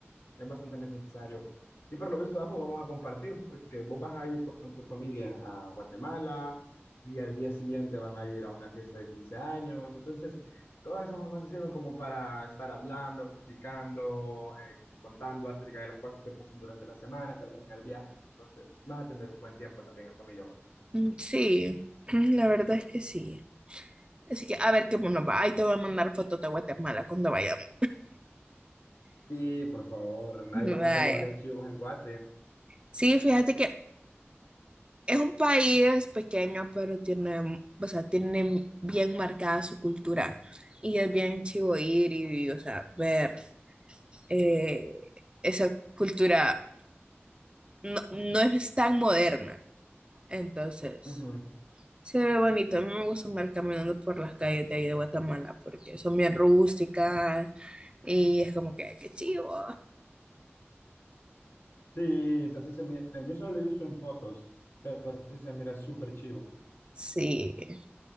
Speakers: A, on the left; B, on the right.
A: es bastante necesario. Y por lo visto, ambos vamos a compartir porque vos vas a ir con tu familia a Guatemala y al día siguiente van a ir a una fiesta de 15 años. Entonces, todos esos momentos sirven como para estar hablando, platicando, eh, contando acerca de las cosas que pasan durante la semana, tal vez en el viaje. Entonces, vas a tener un buen tiempo también en familia vos.
B: Mm, Sí, <clears throat> la verdad es que sí. Así que a ver qué nos va. Ahí te voy a mandar fotos de Guatemala cuando vayamos.
A: Sí, por favor,
B: <laughs>
A: hay bastantes
B: Vaya.
A: lugares chivos en Guate.
B: Sí, fíjate que es un país pequeño, pero tiene, o sea, tiene bien marcada su cultura. Y es bien chivo ir y, o sea, ver. eh, esa cultura no, no es tan moderna. Entonces,
A: Ujú.
B: se ve bonito. A mí me gusta andar caminando por las calles de ahí de Guatemala porque son bien rústicas y es como que, qué chivo.
A: Sí, así se mira. Yo solo lo he visto en fotos, pero así se mira súper chivo.
B: Sí,